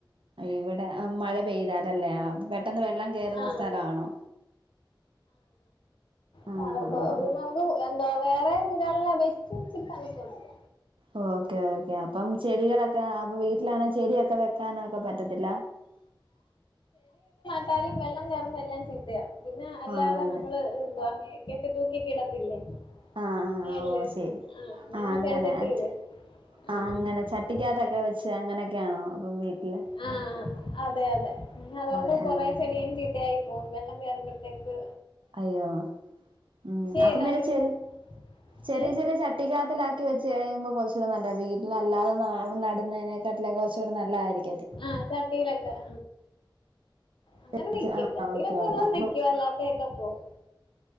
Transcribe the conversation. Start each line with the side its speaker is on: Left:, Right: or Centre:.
Right: ഇവിടെ മഴ പെയ്താലല്ലേ പെട്ടെന്ന് വെള്ളം കേയറുന്ന
Left: ആ
Right: സ്ഥലമാണോ ആഹ്
Left: <unintelligible> എന്തോ വേറെ ജില്ലകളിലെ അപേക്ഷിച്ച് ഇച്ചിരി തണുപ്പുണ്ട്
Right: ആ ഓക്കെ ഓക്കെ അപ്പം ചെടികളൊക്കെ അപ്പൊ വീട്ടിലാണെ ചെടിയൊക്കെ വെക്കാന ഒക്കെ പറ്റത്തില്ല
Left: ട്ടാലും വെള്ളം കേറുമ്പോ എല്ലാം ചീത്തയാകും പിന്നെ അല്ലാതെ
Right: ആണല്ലേ
Left: നമ്മള് എന്തുവാ <unintelligible> കെട്ടി തൂക്കിയൊക്കെയിടത്തില്ലേ
Right: ആഹ് ആഹ്
Left: മേളില്
Right: ഓ ശരി
Left: ആ ഇങ്ങനെ
Right: ആഹ് അങ്ങനെ
Left: ചെടിചട്ടിയിലെ
Right: അച്
Left: ആ
Right: ആഹ് അങ്ങനെ ചട്ടിക്കകത്തൊക്കെ
Left: അങ്ങനെആ
Right: വെച്ച് അങ്ങനെയൊക്കെയാണോ അപ്പം വീട്ടില്
Left: അ ആ അതെ അതെ അതൊണ്ട്
Right: അതെ
Left: കൊറ
Right: ആഹ്
Left: ചെടിയും ചീ ത്തയായിപോവും വെള്ളം കേറുമ്പഴ്തെക്ക്
Right: അയ്യോ ഉ
Left: ചെയ്താലും
Right: അപ്പൊ പിന്നെ ചെ
Left: ഇപ്പം
Right: ചെറിയ
Left: ഏ
Right: ചെറിയ ചട്ടിക്കാത്തിലാക്കി വെച്ച് ചെയ്യിയുമ്പോൾ കുറച്ചുകൂടെ നല്ലയാ വീട്ടിൽ അല്ലാതെ നടുന്നതിനേക്കാട്ടിലു കുറച്ചുകൂടി നല്ലതായിരിക്കും
Left: ആ ചട്ടിയിലൊക്കെ ആ അങ്ങനെ
Right: വെച്ച്
Left: വെക്കും
Right: ആഹ്
Left: ചട്ടയിലൊക്കെ
Right: ഓക്കെ ഓക്കെ
Left: ഉള്ളത്
Right: അപ്പൊ
Left: നിൽക്കും അല്ലാത്തൊക്കെ പോവും